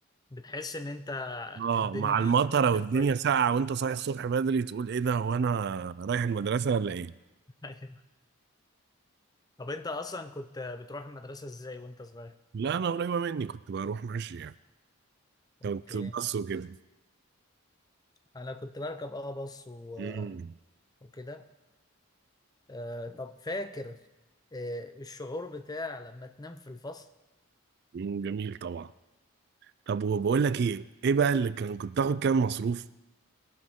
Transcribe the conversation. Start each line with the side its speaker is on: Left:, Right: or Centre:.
Left: بتحس ان انت
Right: اه
Left: الدنيا
Right: مع المطره
Left: نفس
Right: والدنيا
Left: الفايب
Right: ساقعه وانت صاحي الصبح بدري تقول ايه ده هو انا رايح المدرسه ولا ايه؟
Left: ايوه طب انت اصلا كنت بتروح المدرسه ازاي وانت صغير
Right: لا انا قريبه مني كنت بروح ماشي يعني
Left: اوكي
Right: كنت بس وكده
Left: انا كنت بركب اه باص و...
Right: امم
Left: وكده آه طب فاكر آه الشعور بتاع لما تنام في الفصل
Right: أمم، جميل طبعا طب وبقول لك ايه ايه بقى اللي كان كنت تاخد كام مصروف؟